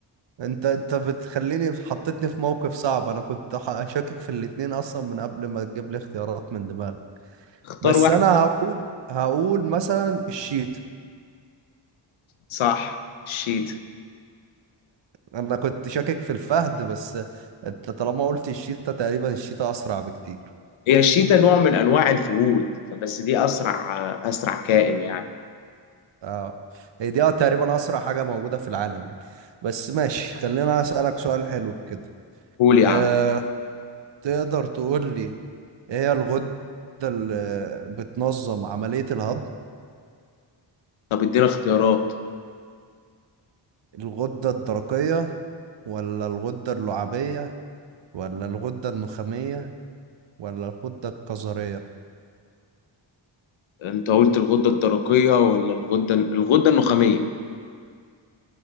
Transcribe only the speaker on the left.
اختار
واحد
صح الشيتا
هي الشيتا نوع من انواع الفهود فبس دي اسرع اسرع كائن يعني
قول يا
عم
طب ادينا اختيارات
انت قلت الغدة الدرقية ولا الغدة الغدة النخامية